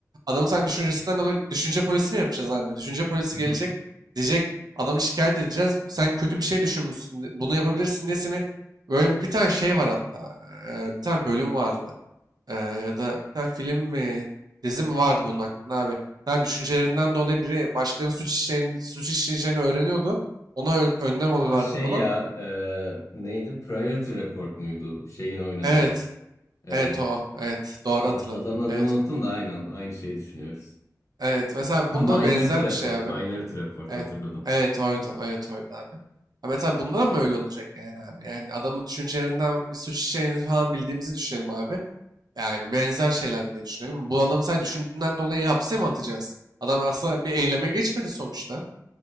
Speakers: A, on the right; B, on the left.
A: Adamın sen düşüncesinden dolayı düşünce polisi mi yapacağız abi? Düşünce polisi
B: hı hı.
A: gelecek. Diyecek adamı şikayet edeceğiz. Sen kötü bir şey düşünmüşsün. Bunu yapabilirsin diye seni böyle bir tane şey var hatta. Ee, bir tane bölüm vardı. Ee, ya da bir tane film mi dizi mi vardı bunun hakkında abi. Yani düşüncelerinden dolayı biri başkanın suç işleyeni, suç işleyeceğini öğreniyordu. Ona ö- önlem alıyorlardı
B: Ha şey
A: falan.
B: ya e, neydi? Priority Report muydu? Şeyin oynadığı.
A: Evet.
B: E,
A: Evet o. o. Evet. Doğru
B: ad-
A: hatırladın.
B: adamın adını
A: Evet
B: unuttum
A: o.
B: da aynen aynı şeyi düşünüyoruz.
A: Evet. Mesela
B: Ha
A: bunda
B: Minority
A: benzer
B: Report.
A: bir şey abi.
B: Minority Report
A: Evet.
B: hatırladım.
A: Evet oydu. Evet oydu abi. Ha, mesela bunda mı öyle olacak yani abi? Yani adamın düşüncelerinden bir suç işlediğini falan bildiğimizi düşünelim abi. Yani benzer şeyler diye düşünelim. Bu adamı sadece düşündüğünden dolayı hapse mi atacağız? Adam aslında bir eyleme geçmedi sonuçta.